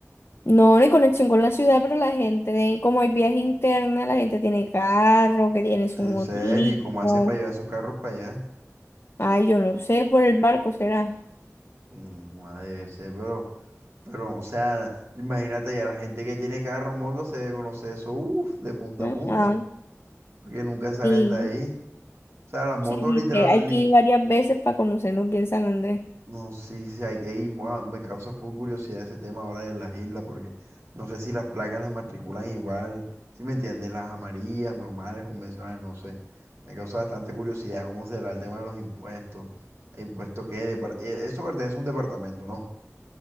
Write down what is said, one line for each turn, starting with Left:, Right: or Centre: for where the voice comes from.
Left: No, no hay conexión con la ciudad, pero la gente, de- como hay viaje interna, la gente tiene carro, que tiene su
Right: En
Left: motico.
Right: serio, ¿y cómo hacen para llevar esos carros para allá?
Left: Ay, yo no sé, por el barco será.
Right: Mm, ah, debe ser, pero, pero, o sea, imagínate ya la gente que tiene carro, moto, se debe conocer eso, uff, de punta
Left: Ajá,
Right: a punta, porque nunca salen
Left: sí.
Right: de ahí. O sea, las motos
Left: Sí, viste,
Right: literal,
Left: hay
Right: li-
Left: que ir varias veces para conocernos bien San Andrés.
Right: No, sí, sí, hay que ir. Mua, Me causa full curiosidad ese tema ahora de las islas, porque no sé si las placas las matriculan igual, si me entiendes? Las amarillas, normales, convencionales, no sé. Me causa bastante curiosidad cómo será el tema de los impuestos. ¿El impuesto qué? Depar- eh, Eso pertenece a un departamento, ¿no?